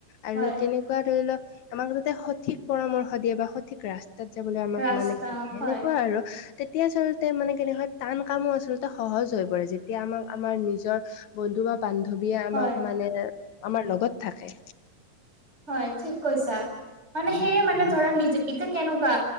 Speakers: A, on the left (about 70°); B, on the right (about 15°).
A: আৰু
B: হয়
A: কেনেকুৱা ধৰি লওক, আমাক যাতে সঠিক পৰামৰ্শ দিয়ে বা সঠিক ৰাস্তা তাত যাবলৈ আমাক
B: ৰাস্তা
A: মানে এ
B: হয়
A: এনেকুৱা আৰু তেতিয়া আচলতে মানে কেনে হয়, টান কামো আচলতে সহজ হৈ পৰে যে এতিয়া আমাক, আমাৰ নিজৰ বন্ধু বা বান্ধৱীয়ে আমাক
B: হয়
A: মানে আমাৰ লগত থাকে।
B: হয় ঠিক কৈছা। মানে সেয়ে মানে ধৰা নিজে এতিয়া কেনেকুৱা।